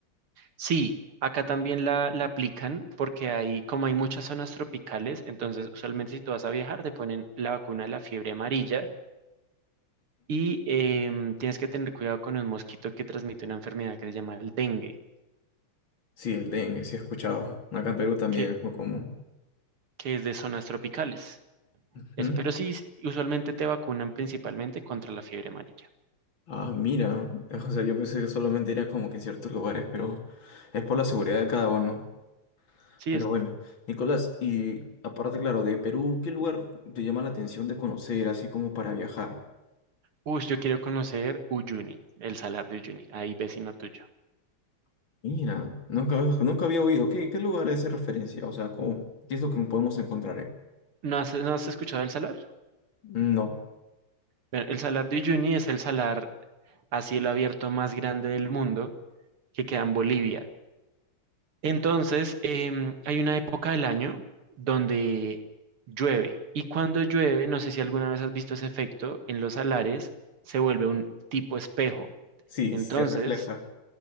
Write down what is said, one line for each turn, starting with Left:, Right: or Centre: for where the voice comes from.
Right: Sí, acá también la, la aplican porque hay, como hay muchas zonas tropicales, entonces usualmente si tú vas a viajar te ponen la vacuna de la fiebre amarilla y em, tienes que tener cuidado con un mosquito que transmite una enfermedad que se llama el dengue,
Left: Sí, el dengue, sí he escuchado. Acá en Perú también
Right: que,
Left: es muy común.
Right: que es de zonas tropicales.
Left: Ujú.
Right: Eso,
Left: Sí.
Right: pero sí, usualmente te vacunan principalmente contra la fiebre amarilla.
Left: Ah, mira. O sea, yo pensé que solamente era como que en ciertos lugares, pero es por la seguridad de cada uno.
Right: Sí,
Left: Pero
Right: es,
Left: bueno, Nicolás, y aparte, claro, de Perú, ¿qué lugar te llama la atención de conocer, así como para viajar?
Right: uy, yo quiero conocer Uyuni, el salar de Uyuni, ahí vecino tuyo.
Left: Mira, nunca, nunca había oído. ¿Qué, qué lugar es de referencia? O sea, ¿cómo- ¿qué es lo que podemos encontrar? eh?
Right: ¿No has, no has escuchado el salar?
Left: No.
Right: Bueno, el salar de Uyuni es el salar a cielo abierto más grande del mundo que queda en Bolivia. Entonces, em, hay una época del año donde llueve. Y cuando llueve, no sé si alguna vez has visto ese efecto, en los salares se vuelve un tipo espejo.
Left: Sí,
Right: Entonces,
Left: sí se refleja.